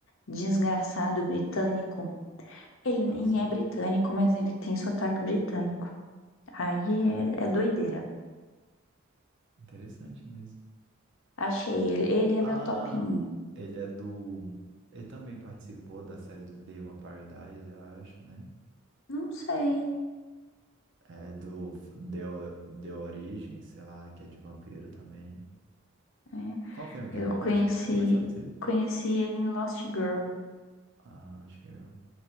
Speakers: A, on the left (about 70°); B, on the right (about 60°).
A: desgraçado britânico. Ele
B: Nossa,
A: nem é britânico, mas ele tem sotaque britânico. Aí é, é doideira.
B: interessante mesmo.
A: Achei ele. Ele é
B: Ah,
A: meu top um.
B: ele é do. Ele também participou da série do The Vampire Diaries, eu acho, né?
A: Não sei.
B: É do The, O- The Origem, sei lá, que é de vampiro também.
A: né?
B: Qual filme que
A: Eu
B: ele participou,
A: conheci,
B: tu sabe dizer?
A: conheci ele em Lost Girl.
B: Ah, acho que eu.